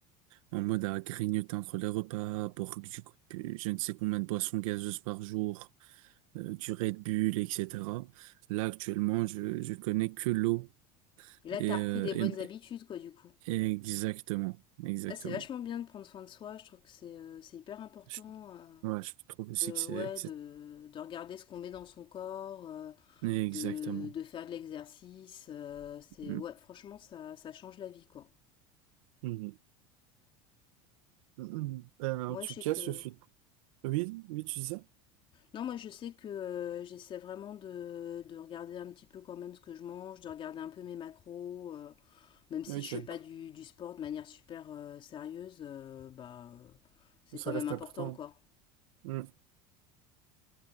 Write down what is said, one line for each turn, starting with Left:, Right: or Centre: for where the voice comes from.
Right: en mode à grignoter entre les repas, à boire du coup, pu- je ne sais combien de boissons gazeuses par jour, euh, du Red Bull, etc. Là, actuellement, je, je connais que l'eau.
Left: Et là,
Right: Et,
Left: t'as
Right: euh,
Left: repris des bonnes
Right: et-
Left: habitudes, quoi, du coup.
Right: et exactement, exactement.
Left: Ah, c'est vachement bien de prendre soin de soi. Je trouve que c'est euh, c'est hyper important.
Right: Je,
Left: euh,
Right: ouais, je trouve aussi que c'est,
Left: de, ouais,
Right: que c'est-
Left: de, de regarder ce qu'on met dans son corps, euh,
Right: exactement.
Left: de, de faire de l'exercice. euh, c'est
Right: Mm.
Left: ouais, franchement, ça, ça change la vie, quoi.
Right: Mhm. Mhm. Ben,
Left: Moi,
Right: en tout
Left: je sais
Right: cas,
Left: que
Right: ce fut... Oui, oui, tu disais?
Left: non, moi, je sais que euh, j'essaie vraiment de, de regarder un petit peu quand même ce que je mange, de regarder un peu mes macros, euh, même si
Right: Ok,
Left: je ne fais pas du, du sport de manière super euh, sérieuse, euh, bah, euh, c'est
Right: ça
Left: quand même
Right: reste
Left: important,
Right: important.
Left: quoi.
Right: Mhm.